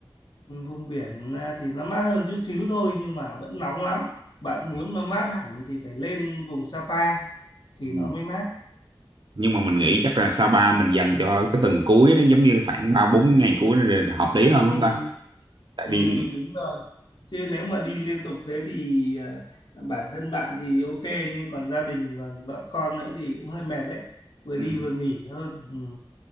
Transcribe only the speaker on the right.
Ừ,
ừ.
Nhưng mà mình nghĩ chắc là Sapa mình dành cho cái tuần cuối đó giống như khoảng ba bốn ngày cuối đó là hợp lý hơn
không ta? Tại
đi
ừ.